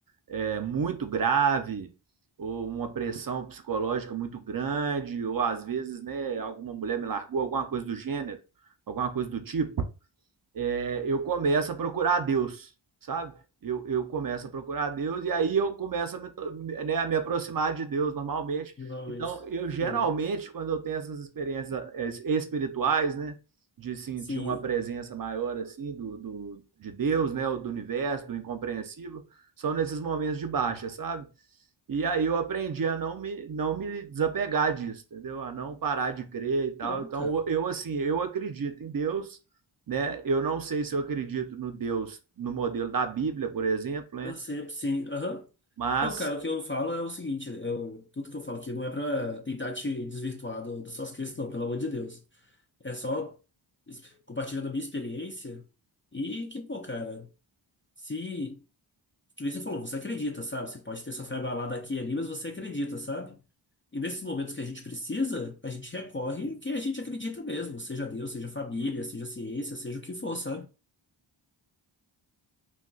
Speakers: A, on the right; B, on the left.
A: é, muito grave, ou uma pressão psicológica muito grande, ou às vezes, né, alguma mulher me largou, alguma coisa do gênero, alguma coisa do tipo é, eu começo a procurar a Deus, sabe? Eu, eu começo a procurar a Deus e aí eu começo a me, né, a me aproximar de Deus normalmente.
B: normalmente
A: Então, eu
B: sim.
A: geralmente, quando eu tenho essas experiências é, espirituais, né? De sentir
B: Sim.
A: uma presença maior, assim, do, do, de Deus, né? Ou do universo, do incompreensível, são nesses momentos de baixa, sabe? E aí eu aprendi a não me, não me desapegar disso, entendeu? A não parar de crer e tal.
B: Não,
A: Então,
B: cara.
A: eu, assim, eu acredito em Deus, né? Eu não sei se eu acredito no Deus no modelo da Bíblia, por exemplo, né?
B: Eu sempre, sim. Aham.
A: Mas
B: Não, cara, o que eu falo é o seguinte, eu, tudo que eu falo aqui não é pra tentar te desvirtuar do- das suas crenças, não, pelo amor de Deus. É só es- compartilhando a minha experiência e que, pô, cara, se, que nem você falou, você acredita, sabe? Você pode ter sua fé abalada aqui e ali, mas você acredita, sabe? E nesses momentos que a gente precisa, a gente recorre a quem a gente acredita mesmo, seja Deus, seja família, seja ciência, seja o que for, sabe?